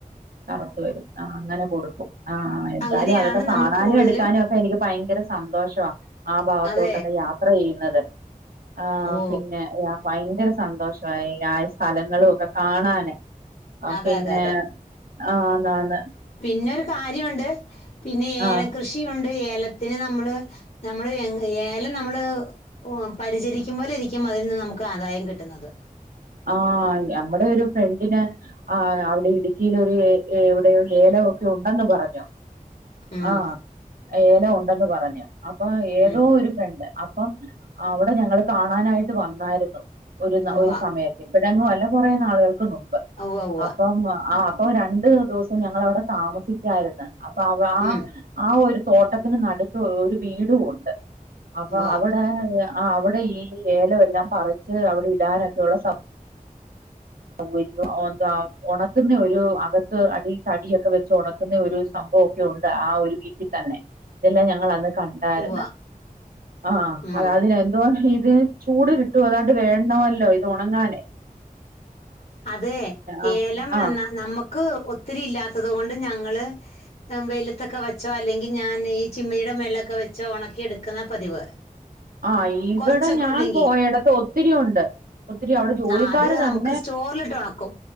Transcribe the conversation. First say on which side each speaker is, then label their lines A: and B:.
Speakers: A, on the right; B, on the left.
A: കറുപ്പ് വരും ആഹ് അങ്ങനെ കൊടുക്കും ആഹ് എന്തായാലും
B: അങ്ങനെയാണ്
A: അതൊക്കെ
B: നമ്മൾ
A: കാണാനും
B: കൂടുതലും
A: എടുക്കാനും ഒക്കെ എനിക്ക് ഭയങ്കര സന്തോഷവാ ആ ഭാഗത്തോട്ടൊക്കെയാ
B: അതെ
A: ത്ര ചെയ്യുന്നത് ആഹ്
B: ഓ
A: പിന്നെ യാ ഭയങ്കര സന്തോഷവാ ഈ ആ സ്ഥലങ്ങളൊക്കെ കാണാന്
B: അതെ
A: പിന്നെ
B: അതെ
A: ആഹ് ആന്ന് ആന്ന്
B: പിന്നൊരു കാര്യോണ്ട് പിന്നെ
A: ആഹ്
B: ഏലം കൃഷിയുണ്ട് ഏലത്തിന് നമ്മള് നമ്മള് യങ്ങ് ഏലം നമ്മള് പരിചരിക്കുമ്പോലെ ഇരിക്കും അതിന്ന് നമുക്ക് ആദായം കിട്ടുന്നത്
A: ആഹ് ഞമ്മടെ ഒരു ഫ്രണ്ടിന് ആഹ് അവടെ ഇടുക്കിയിലൊരു ഏ എവിടെയോ ഏലവൊക്കെ ഉണ്ടെന്ന് പറഞ്ഞു
B: ഉം
A: ആഹ് ഏലം ഉണ്ടെന്ന് പറഞ്ഞു അപ്പൊ ഏതോ
B: ഉം
A: ഒരു ഫ്രണ്ട് അപ്പം അവിടെ ഞങ്ങള് കാണാനായിട്ട് വന്നായിരുന്നു ഒരു
B: ഉവ്വ
A: ഒരു സമയത്ത് ഇപ്പഴെങ്ങും അല്ല കൊറേ നാളുകൾക്ക് മുമ്പ്
B: ഉവ്വ ഉവ്വ
A: അപ്പം ആ അപ്പോ രണ്ട് ദൂസം ഞങ്ങളവിടെ താമസിച്ചായിരുന്നു അപ്പൊ അവ ആ
B: ഉം
A: ആ ഒരു തോട്ടത്തിന് നടുക്ക് ഒരു വീടും ഉണ്ട് അപ്പൊ
B: ഉവ്വ
A: അവിടെ ആഹ് അവിടെ ഈ ഏലവെല്ലാം പറിച്ച് അവിടെ ഇടാനൊക്കെ ഉള്ള സം സൗവര്യോ എന്താ ഒണക്കുന്ന ഒരു അകത്ത് അടി തടിയൊക്കെ വെച്ച് ഒണക്കുന്ന ഒരു സംഭവൊക്കെ ഉണ്ട് ആ ഒരു വീട്ടിൽ തന്നെ ഇതെല്ലാം ഞങ്ങൾ അന്ന് ക ണ്ടായിരുന്ന്
B: ഉവ്വ
A: ആഹ്
B: ഉം
A: അത് അതിന് എന്തോ ഇത് ചൂട് കിട്ടുവ തോണ്ട് വേണമല്ലോ ഇത് ഒണങ്ങാന്
B: അതെ
A: ആഹ്
B: ഏലം
A: ആഹ്
B: ന നമ്മക്ക് ഒത്തിരി ഇല്ലാത്തത് കൊണ്ട് ഞങ്ങള് വെയിലത്തൊക്കെ വെച്ചോ അല്ലെങ്കിൽ ഞാൻ ഈ ചിമ്മിയുടെ മേളിലെക്കെ വെച്ചോ ഉണക്കിയെടുക്കുന്ന പതിവ്.
A: ആ. ഇവിടെ
B: കുറച്ചൊക്കെ
A: ഞാൻ
B: ഉള്ളെങ്കി
A: പോയടത്ത് ഒത്തിരി ഉണ്ട്. ഒത്തിരി അവിടെ ജോലിക്കാര്
B: ആ അത് നമുക്ക്
A: തന്നെ
B: സ്റ്റോറിലിട്ട് ഉണക്കും